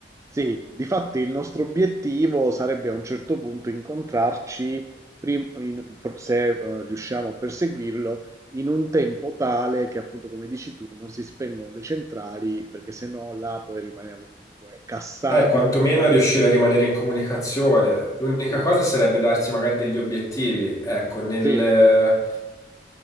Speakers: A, on the right; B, on the left.
A: Sì, difatti il nostro obiettivo sarebbe a un certo punto incontrarci, prim- in- pro- se eh, riusciamo a perseguirlo, in un tempo tale che appunto, come dici tu, non si spengono le centrali, perché se no là poi rimaniamo comunque cassati
B: Eh, quantomeno
A: completamente.
B: riuscire a rimanere in comunicazione. L'unica
A: Sì,
B: cosa sarebbe darsi magari degli obiettivi. Ecco, nel...
A: sì,